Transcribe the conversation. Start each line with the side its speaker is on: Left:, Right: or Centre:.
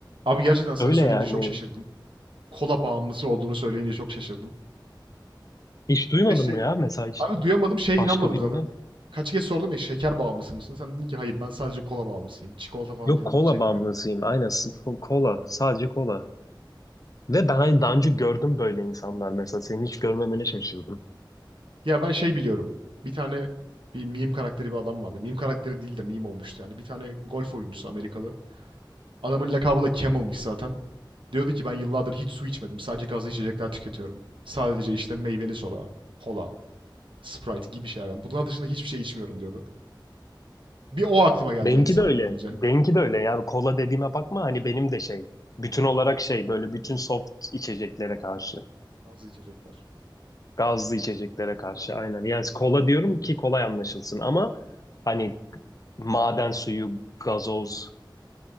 Right: Abi gerçekten sen
Left: Öyle
Right: söyleyince
Left: yani.
Right: çok şaşırdım. Kola bağımlısı olduğunu söyleyince çok şaşırdım.
Left: Hiç duymadın
Right: Ve şey
Left: mı ya mesela hiç
Right: Abi duyamadım, şeye
Left: başka
Right: inanmadım
Left: birini?
Right: zaten. Kaç kez sordum ya, "Şeker bağımlısı mısın?" Sen dedin ki, "Hayır, ben sadece kola bağımlısıyım. Çikolata falan
Left: Yok
Right: canım
Left: kola
Right: hiç çekmiyor."
Left: bağımlısıyım. Aynen s- ko- kola. Sadece kola. Ve ben hani daha önce gördüm böyle insanlar mesela. Seni hiç görmemene şaşırdım.
Right: Ya ben şey biliyorum, bir tane bir meme karakteri bir adam vardı. Meme karakteri değil de meme olmuştu yani. Bir tane golf oyuncusu Amerikalı. Adamın lakabı da Camel'mış zaten. Diyordu ki, "Ben yıllardır hiç su içmedim. Sadece gazlı içecekler tüketiyorum. Sadece işte meyveli soda, kola, Sprite gibi şeyler. Yani bunlar dışında hiçbir şey içmiyorum." diyordu. Bir o aklıma geldi
Left: Benimki
Right: yani sen
Left: de öyle.
Right: bunu deyince.
Left: Benimki de öyle. Yani kola dediğime bakma hani benim de şey. Bütün olarak şey böyle bütün soft içeceklere karşı.
Right: Gazlı içecekler.
Left: Gazlı içeceklere karşı aynen. Yani kola diyorum ki kolay anlaşılsın ama hani maden suyu, gazoz,